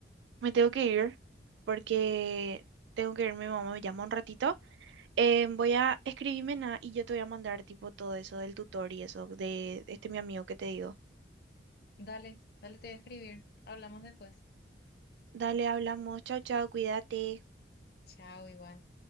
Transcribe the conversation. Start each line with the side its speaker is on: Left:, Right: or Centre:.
Right: me tengo que ir porque tengo que ir, mi mamá me llama un ratito. Eh, voy a escribirme nada y yo te voy a mandar tipo todo eso del tutor y eso de este mi amigo que te digo.
Left: Dale, dale, te voy a escribir. Hablamos después.
Right: Dale, hablamos. Chao, chao, cuídate.
Left: Chao, igual.